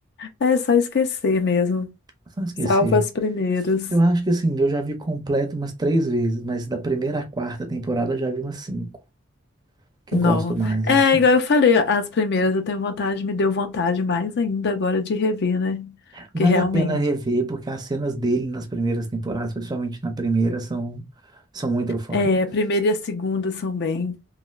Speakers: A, on the left; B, on the right.
A: É só esquecer mesmo.
B: Só não esquecer.
A: Salva as primeiras.
B: Eu acho que assim, eu já vi completo umas três vezes, mas da primeira à quarta temporada eu já vi umas cinco, que
A: Não.
B: eu gosto mais,
A: É,
B: assim.
A: igual eu falei, as primeiras eu tenho vontade, me deu vontade mais ainda agora de rever, né?
B: Vale
A: Que realmente.
B: a pena rever, porque as cenas dele nas primeiras temporadas, principalmente na primeira, são, são muito eufóricas.
A: É, a primeira e a segunda são bem